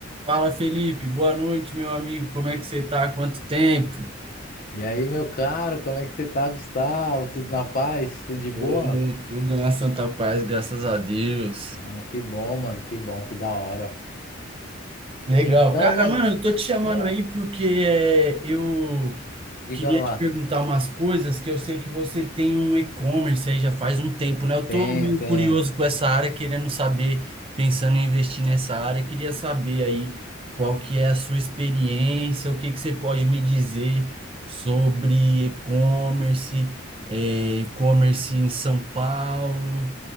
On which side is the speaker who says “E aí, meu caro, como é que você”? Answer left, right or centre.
Left